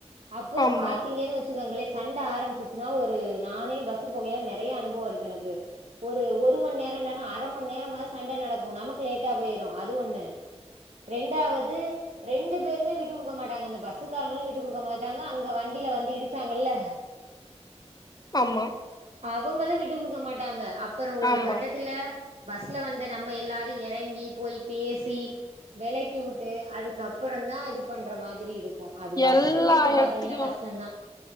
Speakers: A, on the right; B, on the left.
A: அப்பறோ
B: ஆமா
A: பாத்தீங்கன்னு வச்சுக்கங்களே சண்ட ஆரம்புச்சிச்சுன்னா ஒரு நானே பஸ்சுபோகயில நெறையா அனுபவோ இருக்கு எனக்கு ஒரு ஒருமண்நேரோ இல்லன்னா அரமணி நேரமாது சண்டை நடக்கு நமக்கு லேட்டாபேயிரும் அது ஒண்ணு ரெண்டாவது ரெண்டு பேருமே விட்டு குடுக்க மாட்டாங்க இந்த பஸ்ஸுக்காரங்களும் விட்டு குடுக்க மாட்டாங்க அங்க வண்டில வந்து இடிச்சாங்கல்ல
B: ஆம்மா
A: அவுங்களு விட்டு குடுக்க மாட்டாங்க அப்பறோ ஒரு
B: ஆமா
A: கட்டத்துல பஸ்ல வந்த நம்ம எல்லாரு எறங்கி போய் பேசி வெளக்கி வுட்டு அதுக்குப்பறந்தா இது பண்ற மாதிரி இருக்கும். அது பஸ்மே
B: எல்லா
A: இப்ப
B: எடத்துலயு
A: பாத்தீங்கன்னா கஷ்டந்தா.